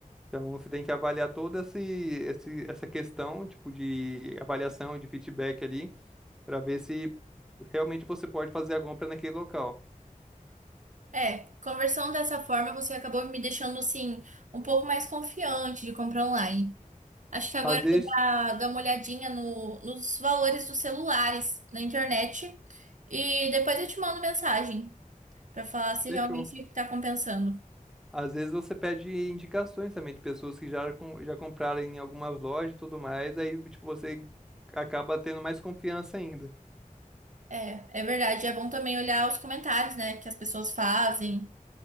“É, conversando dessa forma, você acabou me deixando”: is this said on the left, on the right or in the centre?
Right